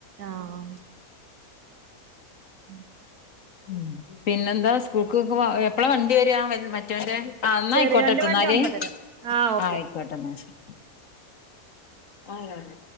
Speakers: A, on the right; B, on the left.
A: ആഹ്‌ ഉം
B: ഉം പിന്നെന്താ സ്കൂൾക്ക് ഒക്കെ എപ്പളാ വണ്ടി വരാ മറ്റൊരെ ആഹ്‌ എന്നാ
A: ചെറിയോന്റെ
B: ആയിക്കോട്ടെ
A: വണ്ടി
B: എന്നാല്
A: ഒമ്പതര ആഹ് ഓക്കെ
B: ആ ആയിക്കോട്ടെ എന്നാ ശരി ആരാണ്